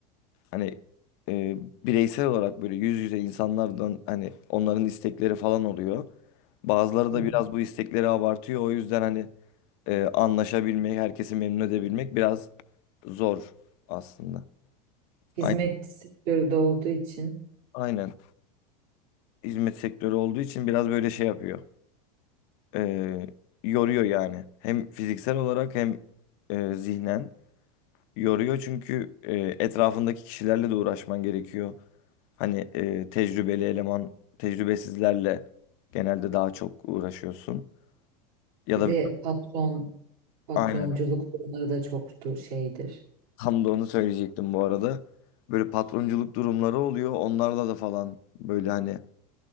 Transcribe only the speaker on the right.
Hı
hı.
Hizmet
sektörü de olduğu için
bir
de patron patronculuk
durumları da çoktur şeydir.